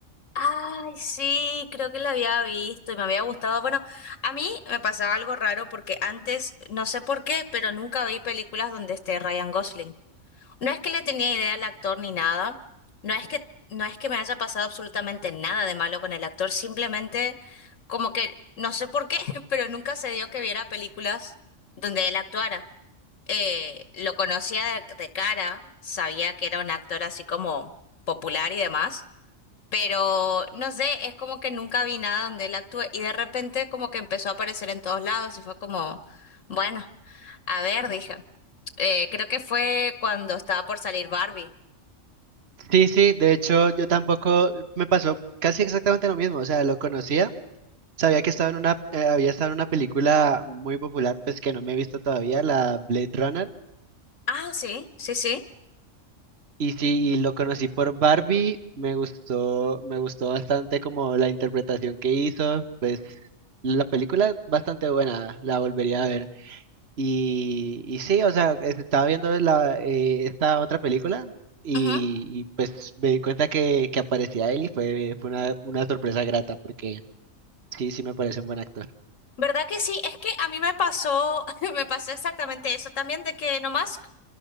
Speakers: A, on the left; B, on the right.
A: Ay, sí, creo que la había visto y me había gustado. Bueno, a mí me pasaba algo raro porque antes, no sé por qué, pero nunca vi películas donde esté Ryan Gosling. No es que le tenía idea al actor ni nada, no es que, no es que me haya pasado absolutamente nada de malo con el actor, simplemente como que no sé por qué, <laughs> pero nunca se dio que viera películas donde él actuara. Eh, lo conocía de de cara, sabía que era un actor así como popular y demás pero no sé, es como que nunca vi nada donde él actúe y de repente como que empezó a aparecer en todos lados y fue como, bueno, a ver, dije. Eh, creo que fue cuando estaba por salir Barbie.
B: Sí, sí, de hecho yo tampoco me pasó casi exactamente lo mismo. O sea, lo conocía, sabía que estaba en una, eh, había estado en una película muy popular, pues que no me he visto todavía, la Blade Runner.
A: Ah, sí, sí, sí.
B: Y sí, y lo conocí por Barbie, me gustó, me gustó bastante como la interpretación que hizo, pues la película bastante buena, la volvería a ver. Y, y sí, o sea, es- estaba viendo la, eh, esta otra película y,
A: Ujú.
B: y, pues me di cuenta que, que aparecía él y fue, fue una, una sorpresa grata porque sí, sí me parece un buen actor.
A: ¿Verdad que sí? Es que a mí me pasó, <laughs> me pasó exactamente eso también, de que nomás